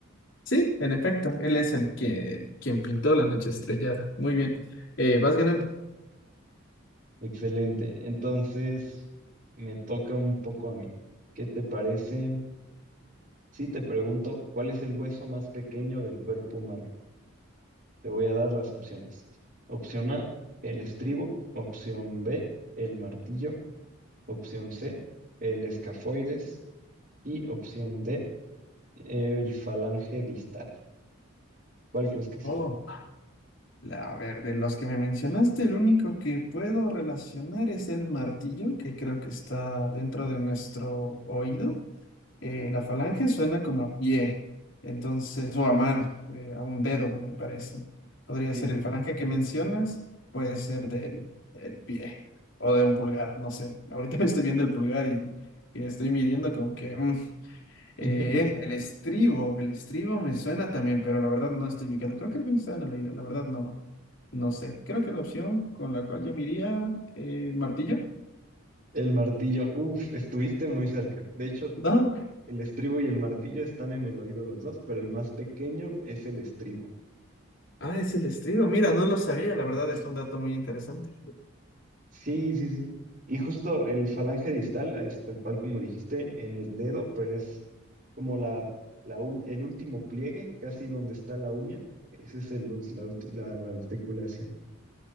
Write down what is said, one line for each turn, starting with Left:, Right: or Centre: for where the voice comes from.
Left: Sí, en efecto, él es el que quien pintó La noche estrellada. Muy bien. Eh, vas ganando.
Right: Excelente. Entonces, me toca un poco a mí. ¿Qué te parece si te pregunto cuál es el hueso más pequeño del cuerpo humano? Te voy a dar las opciones. Opción A, el estribo. Opción B, el martillo. Opción C, el escafoides. Y opción D, el falange distal. ¿Cuál crees que sea?
Left: Oh. La, a ver, de los que me mencionaste, el único que puedo relacionar es el martillo, que creo que está dentro de nuestro oído. Eh, la falange suena como a pie, entonces, o a mano, eh, a un dedo, me parece. Podría
Right: Sí,
Left: ser
Right: sí,
Left: el falange
Right: sí.
Left: que mencionas, puede ser del, del pie o de un pulgar, no sé. Ahorita <laughs> me estoy viendo el pulgar y, y estoy midiendo como que mm, eh,
Right: <laughs>
Left: es el estribo, el estribo me suena también, pero la verdad no estoy ubicado. Creo que algún estaba en el oído, la verdad no, no sé. Creo que la opción con la cual yo me iría, eh, martillo.
Right: El martillo, uff, estuviste muy cerca. De hecho,
Left: No,
Right: el estribo y el martillo están en el oído los dos, pero el más pequeño es el estribo.
Left: ah, es el estribo. Mira, no lo sabía, la verdad es un dato muy interesante.
Right: Sí, sí, sí. Y justo el falange distal es tal cual como dijiste en el dedo, pero es como la, la ul- el último pliegue, casi donde está la uña. Esa es el, ul- la, ulti- la articulación.